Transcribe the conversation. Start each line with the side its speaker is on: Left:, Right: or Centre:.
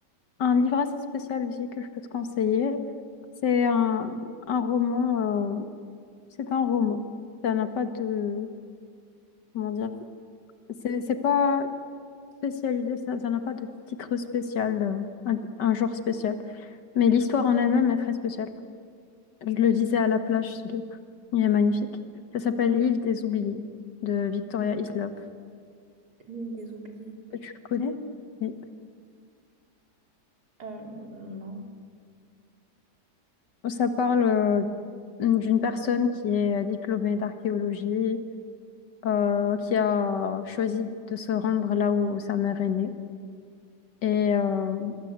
Left: un livre assez spécial aussi que je peux te conseiller. C'est un, un roman, euh, c'est un roman. Ça n'a pas de, comment dire, c'est c'est pas spécialisé, ça ça n'a pas de titre spécial, euh, un, un genre spécial. Mais l'histoire en elle-même est très spéciale. Je le disais à la plage, ce livre. Il est magnifique. Ça s'appelle L'île des oubliés de Victoria Hislop.
Right: L'île des oubliés.
Left: Tu le connais? Oui.
Right: Euh, non.
Left: Ça parle euh, d'une personne qui est diplômée d'archéologie, euh, qui a choisi de se rendre là où sa mère est née. Et euh,